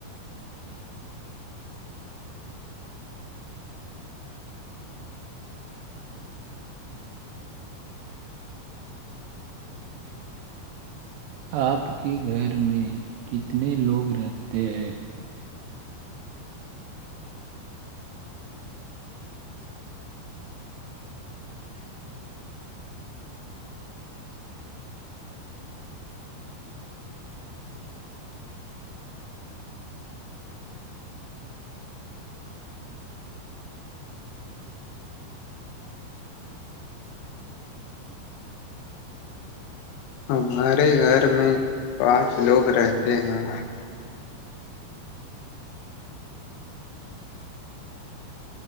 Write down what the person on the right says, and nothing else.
آپ کے گھر میں کتنے لوگ رہتے ہیں